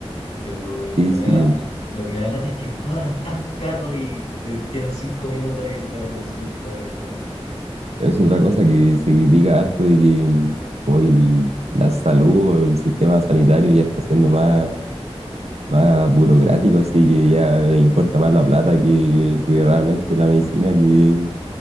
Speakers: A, on the left; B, on the right.
A: Pero lo
B: Sí,
A: que
B: sí,
A: me da, lo que me da lata es que cobran tan caro y te tienen cinco minutos ahí en la consulta, es terrible.
B: es otra cosa que se critica harto de que mm, como que el- la salud o el sistema sanitario ya está siendo más, más burocrático, así que ya le importa más la plata que, que realmente la medicina que